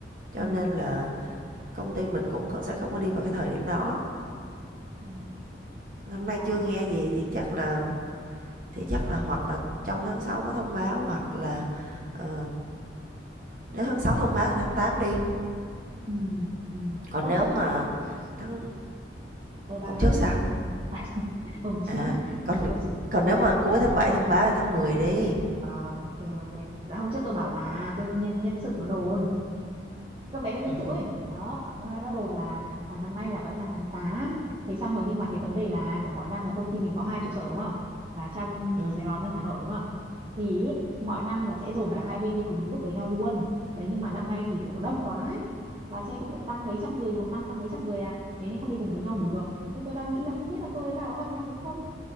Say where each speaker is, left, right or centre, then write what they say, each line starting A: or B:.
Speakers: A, on the right; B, on the right.
A: cho
B: ừ
A: nên là công ty mình cũng sẽ không có đi vào cái thời điểm đó.
B: ừ
A: Năm nay
B: ờ
A: chưa nghe gì thì chắc là thì chắc là hoặc là trong tháng 6 có thông báo hoặc là, ờ, nếu tháng 6 thông báo thì tháng 8 đi.
B: ừ ừ
A: còn
B: hôm
A: nếu
B: trước
A: mà tháng
B: ờ bà
A: hôm
B: nói
A: trước
B: tiếp đi
A: sao
B: <laughs> hôm trước
A: à còn
B: tôi chỉ
A: còn nếu mà cuối tháng 7 thông báo thì tháng 10 đi
B: ờ ok ok là hôm trước tôi bảo là tôi nhân nhân sự nó đồn con bé bên nhân
A: ừ
B: sự ấy đó nó, nó đồn là, là năm nay là vẫn là tháng tám thế xong rồi nhưng mà cái vấn đề là kiểu mọi năm là công ty mình có hai trụ sở đúng không là trong
A: ừ
B: Sài Gòn ở Hà Nội đúng không thì ý, mọi năm là sẽ dồn cả hai bên đi cùng một lúc với nhau luôn đấy nhưng mà năm nay thì kiểu nó đông quá ấy. bà xem kiểu tăng mấy trăm người một năm tăng mấy trăm người à thế nên không đi cùng với nhau được nhưng tôi đang nghĩ là không biết là tôi với bà có gặp nhau được không